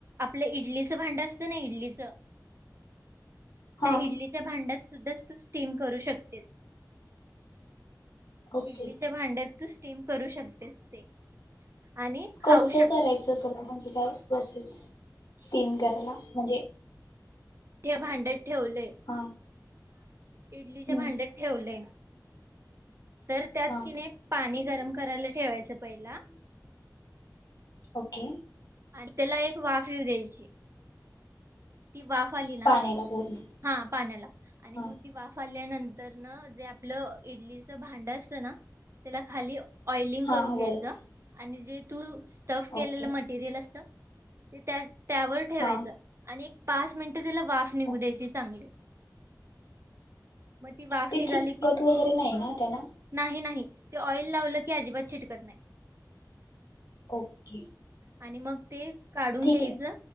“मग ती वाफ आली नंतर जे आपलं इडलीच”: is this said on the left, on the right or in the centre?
Right